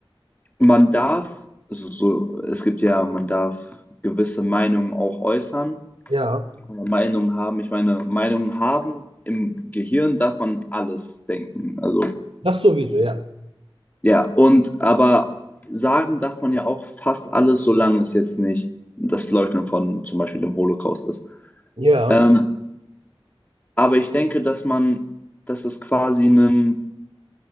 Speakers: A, on the left; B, on the right.
A: man darf, also so, es gibt ja, man darf gewisse Meinungen auch äußern.
B: ja,
A: kann man Meinungen haben. Ich meine, Meinungen haben, im Gehirn darf man alles denken. Also,
B: das sowieso, ja.
A: ja, und aber sagen darf man ja auch fast alles, solange es jetzt nicht das Leugnen von zum Beispiel dem Holocaust ist.
B: Ja,
A: Ähm, aber ich denke, dass man, dass es quasi einen,